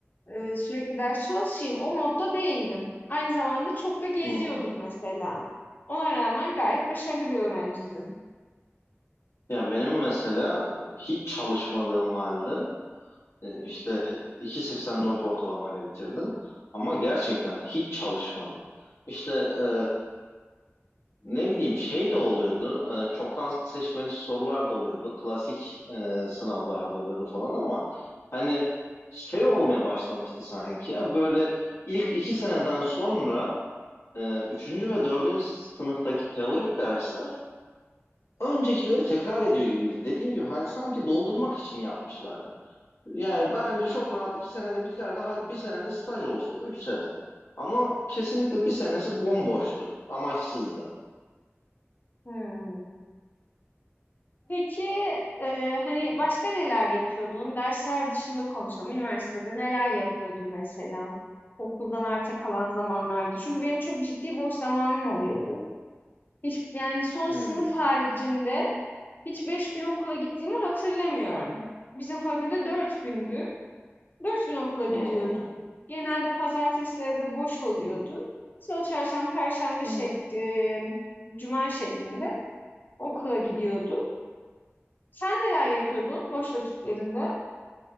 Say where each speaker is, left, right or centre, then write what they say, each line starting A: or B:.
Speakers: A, on the left (about 45°); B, on the left (about 80°).
A: eee, sürekli ders çalışayım o modda değildim. Aynı zamanda çok da geziyordum
B: hı hı.
A: mesela. Ona rağmen gayet başarılı bir öğrenciydim.
B: Ya benim mesela hiç çalışmadığım halde e, işte 2.84 ortalamayla bitirdim. Ama gerçekten hiç çalışmadım. İşte e, ne bileyim şey de oluyordu. e, çoktan seçmeli sorular da oluyordu. Klasik e, sınavlar da oluyordu falan ama hani şey olmaya başlamıştı sanki ya böyle ilk iki seneden sonra e, üçüncü ve dördüncü sınıftaki teorik dersler öncekileri tekrar ediyor gibiydi. Dediğim gibi hani sanki doldurmak için yapmışlardı. Yani bence çok rahat iki senede biterdi. Hadi bir senede staj olsun. Üç sene. Ama kesinlikle bir senesi bomboştu. Amaçsızdı.
A: Hmm. Peki, eee, hani başka neler yapıyordun? Dersler dışında konuşalım. Üniversitede neler yapıyordun mesela? Okuldan arta kalan zamanlarda. Çünkü benim çok ciddi boş zamanım oluyordu. Hiç yani son sınıf
B: Hmm.
A: haricinde hiç beş gün okula gittiğimi hatırlamıyorum. Bizim fakülte dört gündü. Dört gün okula gidiyorduk.
B: Hı hı.
A: Genelde pazartesileri de boş oluyordu. Salı, çarşamba, perşembe
B: hı.
A: şekli, cuma şeklinde okula gidiyordu. Sen neler yapıyordun boş vakitlerinde?